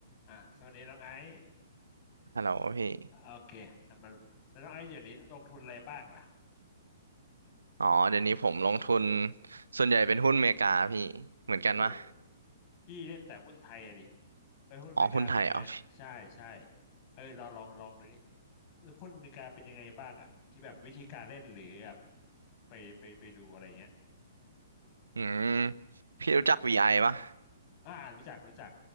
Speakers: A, on the left; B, on the right.
A: อ่าสวัสดีน้องไอซ์
B: ฮัลโหลพี่
A: โอเคอ่ะมาแล้วน้องไอซ์เดี๋ยวนี้ลงทุนอะไรบ้างล่ะ
B: อ๋อเดี๋ยวนี้ผมลงทุนส่วนใหญ่เป็นหุ้นอเมริกาพี่เหมือนกันปะ
A: โอ้พี่เล่นแต่หุ้นไทยอะดิไปหุ้นอเมริกาเป็นยังไงใช่ใช่
B: อ๋อหุ้นไทยเหรอพี่
A: เอ้ยเราลองลองดูนี่เออหุ้นอเมริกาเป็นยังไงบ้างอะที่แบบวิธีการเล่นหรือแบบไปไปไปดูอะไรเงี้ย
B: อืมพี่รู้จัก VI ปะ
A: อ่ารู้จักรู้จัก